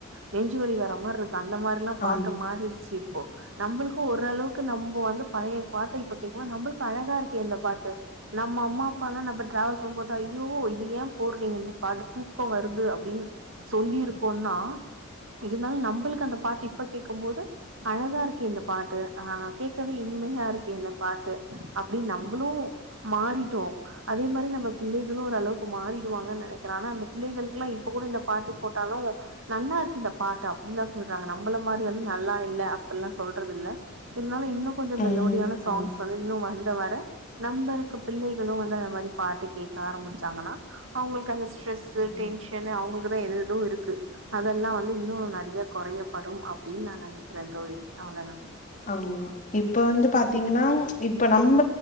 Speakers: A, on the right; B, on the left.
A: நெஞ்சுவலி வர மாரி இருக்கு அந்த மாதிரிலா பாட்டு
B: ஆமா
A: மாறிடுச்சு இப்போ நம்பளுக்கு ஓரளவுக்கு நம்ப வந்து பழைய பாட்ட இப்ப கேக்கும்போது நம்பளுக்கு அழகா இருக்கே இந்த பாட்டு நம்ம அம்மா அப்பா லா நம்ப டிராவல் பண்ணும் போது ஐயோ இது ஏ போடுறீங்க இந்த பாட்டு தூக்க வருது அப்டின் சொல்லிருக்கோனா இருந்தாலு நம்பளுக்கு அந்த பாட்டு இப்ப கேக்கும் போது அழகா இருக்கு இந்த பாட்டு ஆ கேக்கவே இனி மையா இருக்கு இந்த பாட்டு அப்டினு நம்பளு மாறிட்டோ அதே மாரி நம்ப பிள்ளைகளு ஓரளவுக்கு மாறிடுவாங்கனு நெனைக் கிறே ஆனா அந்த பிள்ளைகளுக்கு எல்லா இப்ப கூட இந்த பாட்டு போட்டாலு நல்லா இருக்கு இந்த பாட்டு அப்படினு தா சொல்றாங்க நம்பள மாரி வந்து நல்லா இல்ல அப்பல்லா சொல்றது இல்ல இருந்தாலு இன்னு கொஞ்சோ மெலோடியான
B: ம்
A: சாங்ஸ்
B: ஆமா
A: வந்து இன்னு வந் தவற நம்பருக்க பிள்ளைகளு வந்து அத மாரி பாட்டு கேக்க ஆரம்பிச்சாங்கன்னா அவங்களுக்கு அந்த ஸ் ஸ்ட்ரெஸ்ஸூ
B: ம்
A: டென்ஷனு அவங்களுக்கு தா எது அது இருக்கு அதெல்லா வந்து இன்னு நறைய கொறயப்படும் அப்டின் நா நெனைக்கிறே தோழி அவ்ளதா
B: ஆமா இப்ப வந்து பாத்தீங்கன்னா இப்ப நம்ம